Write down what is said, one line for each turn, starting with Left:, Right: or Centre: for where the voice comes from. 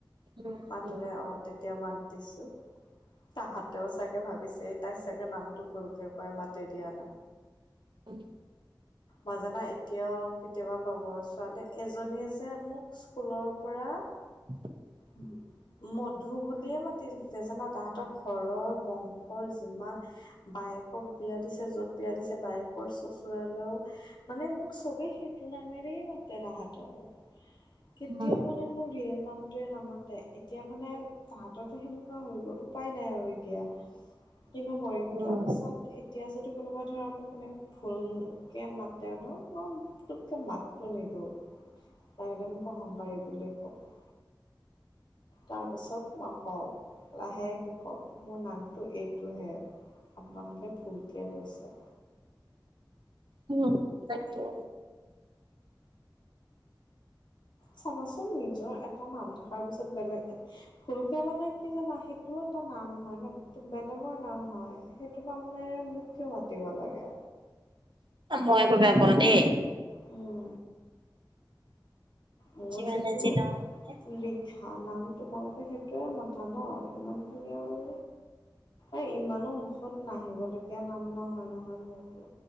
Right: উম
Left: মাতিলে
Right: উম
Left: অহ তেতিয়া মাত দিছো। তাহাঁতেও চাগে ভাবিছে এই তাই চাগে নামটো ভুলকে পাই মাতে দিয়া নাম।
Right: উম।
Left: মইজানাত এতিয়াও কেতিয়াবা লগৰ ছোৱালী এজনীয়ে যে মোক স্কুলৰ পৰা
Right: <unintelligible>
Left: উহু। মধু বুলিয়ে মাতি দিছিলে জানা তাহাঁতক ঘৰৰ বংশৰ যিমান বায়েকক বিয়া দিছে য'ত বিয়া দিছে বায়েকৰ চচুৰালেও মানে মোক চবেই সেইটো নামেৰেই মাতে, তাহা'তৰ কেতিয়াও
Right: উম
Left: মানে মোৰ ৰিয়েল নামটোৱে নামাতে, এতিয়া মানে তাহাঁতৰটো সেনেকুৱা হৈ গ'ল উপায় নাই আৰু এতিয়া।
Right: <inaudible>
Left: কিনো কৰিম
Right: উম
Left: তাৰপাছত এতিয়া যদি কোনোবা ধৰা মোক এনেকৈ ভুলকৈ মাতে ন, মই মাতটো নিদিওঁ লাগিলে মোক অহংকাৰী বুলিয়ে কওঁক। তাৰপিছত মাক কওঁ লাহেকে কওঁ মোৰ নামটো এইটোহে আপোনালোকে ভুলকে লৈছে।
Right: উম তাকে।
Left: চাবাচোন নিজৰ এটা নাম থকাৰ পিছত বেলেগ ভুলকে মানে কি জানা সেইটো এটা নাম হয় ন, বেলেগৰ নাম হয় সেইটো তাৰমানে কিয় মাতিব লাগে?
Right: মই আকৌ বেয়া পাওঁ দেই।
Left: উম। মোৰ
Right: যিমানে
Left: যিটো
Right: যি নহওক মানে
Left: লিখা নাম তোমালোকে সেইটোৱে মতা ন, ইমানখিনি আৰু এই ইমানো মুখত নাহিবলগীয়া নাম নহয় নহয় মোৰ।